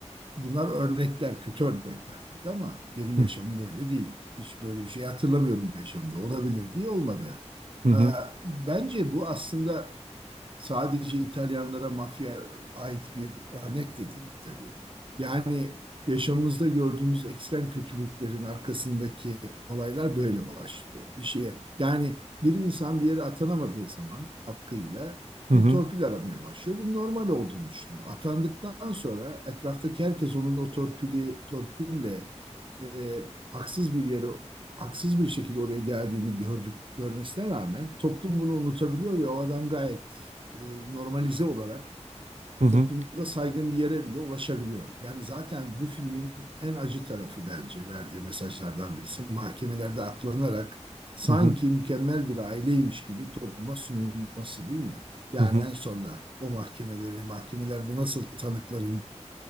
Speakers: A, on the right; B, on the right.
A: bunlar örnekler, kötü örnekler tabii ama benim
B: Hı
A: yaşamım böyle değil. Hiç böyle bir şey hatırlamıyorum yaşamda. Olabilir diye olmadı.
B: hı.
A: E, Bence bu aslında sadece İtalyanlara mafya ait bir örnek de değil tabii. Yani yaşamımızda gördüğümüz ekstrem kötülüklerin arkasındaki olaylar böyle başlıyor. Bir şeye yani bir insan bir yere atanamadığı zaman hakkıyla
B: Hı hı.
A: bir torpil aramaya başlıyor. Bunun normal olduğunu düşünüyor. Atandıktan sonra etraftaki herkes onun o torpili torpille e, haksız bir yere haksız bir şekilde oraya geldiğini gördük görmesine rağmen toplum bunu unutabiliyor ve o adam gayet e, normalize olarak
B: Hı hı.
A: toplumda saygın bir yere bile ulaşabiliyor. Yani zaten bu filmin en acı tarafı bence verdiği mesajlardan birisi. Mahkemelerde atlanarak sanki
B: Hı hı.
A: mükemmel bir aileymiş gibi topluma sunulması değil mi? Yani
B: Hı hı.
A: en sonda o mahkemeleri, mahkemelerde nasıl tanıkların